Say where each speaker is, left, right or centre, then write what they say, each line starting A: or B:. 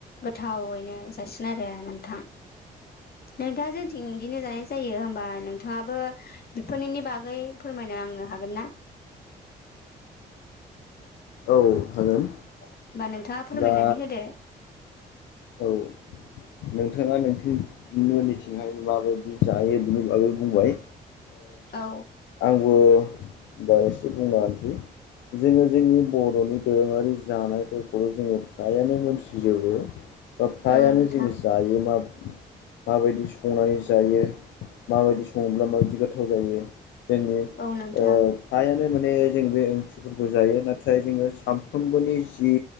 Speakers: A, on the left (about 55°); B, on the left (about 80°).
A: गोथावैनो जासिन आरो नोंथां। नोंथाङा जोंनिथिं इदिनो जानाय जायो होमबा नोंथाङाबो बेफोरनिनि बागै फोरमायनो आंनो हागोन ना?
B: औ हागोन।
A: औ होमबा नोंथाङा फोरमायनानै
B: दा
A: होदो।
B: औ नोंथाङा नोंथें मोननि थिं माबायदि जायो बिनि बागै बुंबाय।
A: औ।
B: आंबोबा एसे बुंना होसै। जोङो जोंनि बर'नि दोरोङारि जानायफोरखौल' जोङो फ्रायानो मोनथिजोबो। ओमफ्रायानो
A: औ नोंथां
B: जोङो जायो माब माबायदि संनानै जायो माबायदि सङोब्ला माबायदि गोथाव जायो। जोंनि
A: औ नोंथां
B: ओयो हायानो माने जों बे ओंख्रिफोरखौ जायो नाथाय जोङो सानफ्रोमबोनि जि